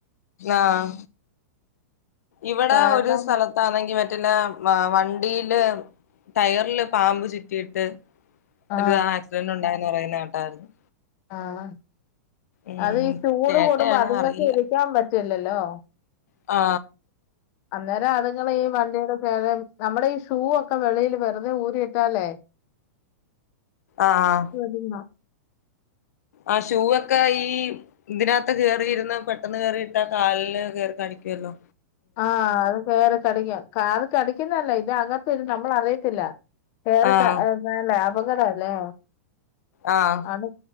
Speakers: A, on the left; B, on the left.
A: ആഹ ഇവിടെ
B: കാരണം
A: ഒരു സ്ഥലത്ത് ണെങ്കി പറ്റില്ല വണ്ടിയില് ടയറില് പാമ്പ് ചുറ്റിയിട്ട്
B: ആ
A: ഒരുതാ ആക്സിഡന്റ് ഉണ്ടായന്ന് പറയുന്ന കേട്ടായിരുന്നു
B: ആഹ
A: ഉം
B: അത് ഈ ചൂട്
A: കേട്ടയാണോ
B: കൂടുമ്പോ അതുങ്ങൾക്ക്
A: അറിയില്ല
B: ഇരിക്കാൻ പറ്റില്ലല്ലോ
A: ആ
B: അന്നേരം അതുങ്ങള് ഈ വണ്ടിയുടെ ചരം നമ്മുടെ ഈ ഷൂ ഒക്കെ വെളിയിൽ വെറുതെ ഊരി ഇട്ടാലേ
A: ആഹ്
B: പിന്ന
A: ആ ഷൂ ഒക്കെ ഈ ഇതിനകത്ത് കയറി ഇരുന്ന് പെട്ടെന്ന് കേയറിയിട്ടാ കാലില് കയറി കാടിക്കുവല്ലോ
B: ആഹ അത് കേറി കടിക്കും കാറ് കടിക്കുന്നല്ല ഇത്കത്ത നമ്മള അറിയത്തില്ല വേറെ
A: ആഹ്
B: ലാഭകരല്ലേ
A: ആഹ
B: ആണ്